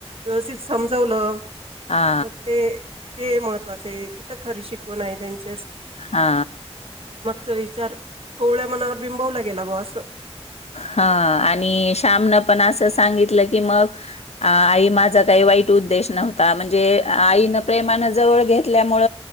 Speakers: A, on the right; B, on the left.
A: व्यवस्थित समजवलं.
B: हा
A: मग ते ते महत्वाचं आहे तिथं खरी शिकवून आहे त्यांची.
B: हा
A: तो विचार कोवळ्या मनावर बिंबवला गेला बुवा असं.
B: हा आणि श्यामन पण असं सांगितलं की मग आई माझा काही वाईट उ प्रश्न होता म्हणजे आईन प्रेमान जवळ घेतल्यामुळ